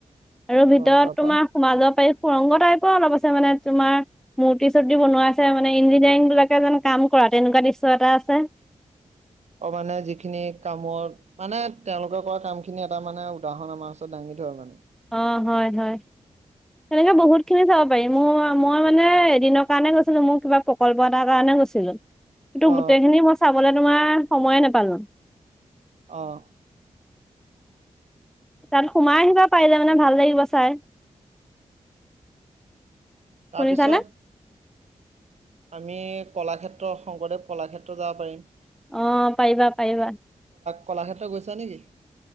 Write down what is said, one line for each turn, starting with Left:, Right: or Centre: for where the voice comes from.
Centre: আৰু ভিতৰত
Right: অ তাৰপা
Centre: তোমাৰ মাজৰ পাৰি সুৰংগ টাইপৰ অলপ আছে মানে তোমাৰ। মূৰ্তি চূৰ্তি বনাইছে মানে ইঞ্জিনিয়াৰিং বিলাকে যেন কাম কৰা তেনেকুৱা দৃশ্য এটা আছে।
Right: <inaudible> অ মানে যিখিনি কামত মানে তেওঁলোকে কৰা কাম খিনি এটা মানে উদাহৰণ আমাৰ ওচৰত দাঙি ধৰে মানে।
Centre: অ হয়, হয়। তেনেকে বহুতখিনি যাব পাৰি মোৰ মই মানে এদিনৰ কাৰণে গৈছিলো মোৰ কিবা প্ৰকল্প এটাৰ কাৰণে গৈছিলো। কিন্তু
Right: অ
Centre: গোটেইখিনি মই চাবলে তোমাৰ সময়ে নেপালো।
Right: আহঁ
Centre: তাত সোমাই আহিবা পাৰিলে মানে ভাল লাগিব চাই শুনিছানে
Right: তাৰপিছত আমি কলাক্ষেত্ৰ শংকৰদেৱ কলাক্ষেত্ৰ যাব পাৰিম।
Centre: অ পাৰিবা, পাৰিবা।
Right: কলাক্ষেত্ৰত গৈছা নেকি?